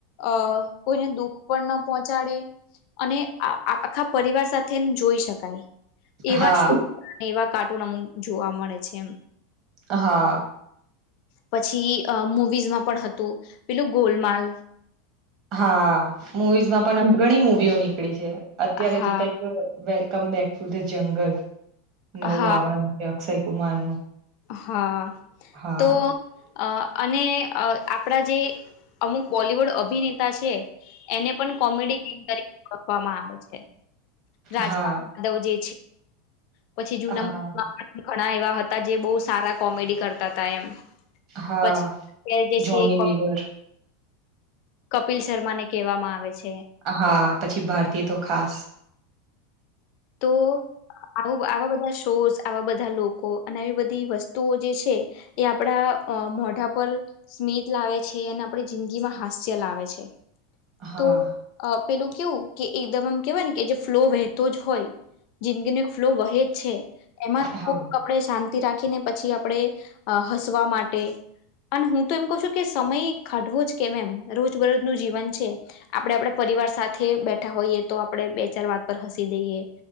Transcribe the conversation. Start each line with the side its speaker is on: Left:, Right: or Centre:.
Left: અ કોઈને દુઃખ પણ ન પહોંચાડે અને આખા પરિવાર સાથે જોઈ શકાય એવા
Right: હા,
Left: શો એવા કાર્ટૂન અમુક જોવા મળે છે એમ
Right: હા
Left: પછી અ મુવીઝમાં પણ હતું પેલું ગોલમાલ
Right: હા મુવીઝમાં પણ ઘણી મુવીઓ નીકળી છે
Left: હા
Right: અત્યારે જે કઈક વ ક બેક ટુ ધ જંગલ નવું
Left: હા
Right: આવવાનું છે અક્ષય કુમાર નું
Left: હા
Right: હા
Left: તો અ અને આપણા જે અમુક બોલિવુડ અભિનેતા છે એને પણ કોમેડી ક તરીકે ઓવામાં આવે છે રાજપાલ
Right: હા,
Left: યાદવ જે પછી જૂના
Right: હા,
Left: ઘણા એવા હતા હતા જે બહુ સારા કોમેડી કરતા હતા એમ
Right: હા,
Left: પછી અત જે છે
Right: જોની
Left: કો
Right: લીવર.
Left: કપિલ શર્મા ને કહેવામાં આવે છે
Right: હા પછી ભારતીય તો ખાસ
Left: તો આયુ આવા બધા શોર્સ આવા બધા લોકો અને આવી બધી વસ્તુઓ જે છે એ આપડા અ મોઢા પર સ્મિત લાવે છે અને આપણી જિંદગી માં હાસ્ય લાવે છે
Right: હા
Left: તો અ પેલું કેવું કે એકદમ આમ કેવાય ને કે જે ફ્લો વહેતો જ હોય જિંદગી ન ફ્લો વહે જ છે એમાં
Right: હા
Left: કપડ શાંત રાખીને પછી આપણે હસવા માટે અને હું તો એમ કહ છું કે સમય ઘાઢવો જ કેમ એમ રોજ બરોજ ન જીવન છે આપડે આપડ પરિવાર સાથે બેઠા હોઈએ તો આપડણે બે ચાર વાત પર હસી દઈએ